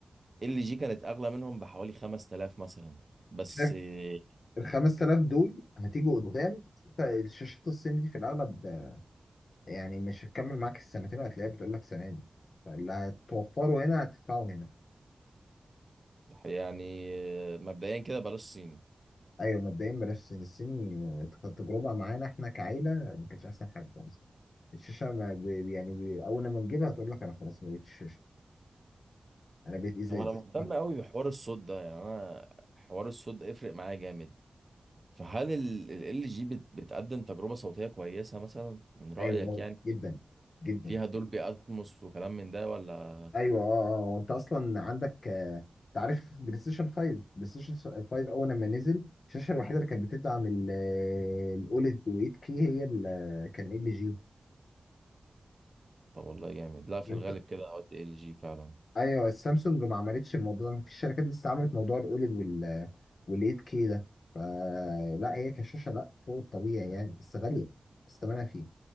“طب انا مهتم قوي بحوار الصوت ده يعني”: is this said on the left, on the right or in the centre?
Right